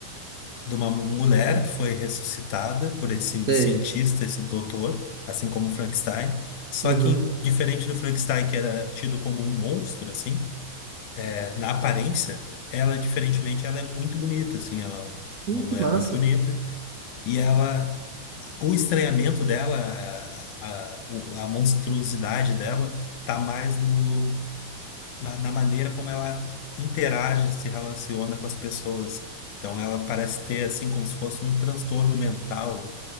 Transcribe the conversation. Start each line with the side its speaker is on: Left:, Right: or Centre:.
Left: de uma mulher que foi ressuscitada por esse
Right: Sei.
Left: cientista, esse doutor, assim como o Frankenstein, só
Right: uhum,
Left: que diferente do Frankenstein, que era tido como um monstro, assim, na aparência, ela, diferentemente, ela é muito bonita, assim, ela é
Right: Ih,
Left: uma mulher
Right: que massa.
Left: muito bonita. E ela, o estranhamento dela, a, a, o- a monstruosidade dela, tá mais no, na, na maneira como ela interage, se relaciona com as pessoas. Então, ela parece ter, assim, como se fosse um transtorno mental,